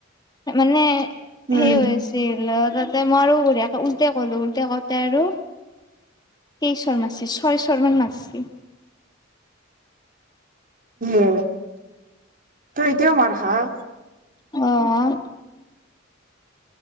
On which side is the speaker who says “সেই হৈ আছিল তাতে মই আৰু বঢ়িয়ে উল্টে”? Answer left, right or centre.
Left